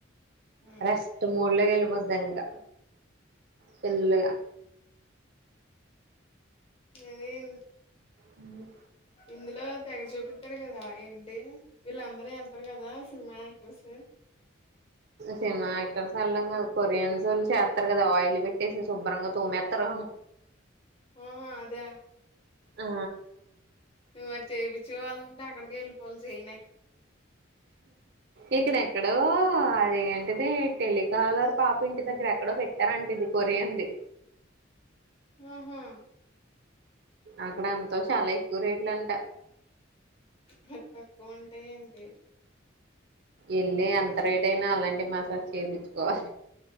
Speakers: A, on the left; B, on the right.
A: హ్మ్.
B: రెస్ట్ మోడ్ లొ వెళ్ళిపోద్ది ఇంకా ఫుల్లుగా
A: అదేయింన్
B: హ్మ్మ్
A: ఇందులో తెగ చూపితారు కదా ఏంటి వీళ్ళందరూ వెళ్తారు కదా సినిమా యాక్ట్రెస్
B: సినిమా ఆక్టర్స్ ఎళ్లడం కా కొరియన్స్ వొళ్ళు చేస్తారు కదా ఆయిల్ పెట్టేసి శుభ్రంగా తోమేతారు కదా
A: ఆహ అదే
B: ఆ
A: నువ్వు మరి చేపించుకోవాలని అక్కడికి ఎళ్ళిపోవాలి చైనాక్
B: ఇక్కడ ఎక్కడో అదేంటిది టెలికాలర్ పాపి ఇంటి దగ్గర ఎక్కడో పెట్టారండి ఇది కొరియన్ ది
A: ఆహా
B: అక్కడ ఎంతో చాలా ఎక్కువ రేట్లు అంట
A: మరి తక్కువ ఉంటాయా ఏంటి
B: ఎళ్ళి ఎంత రేట్ అయినా అలాంటి మసాజ్ చేపిచ్చుకోవాలి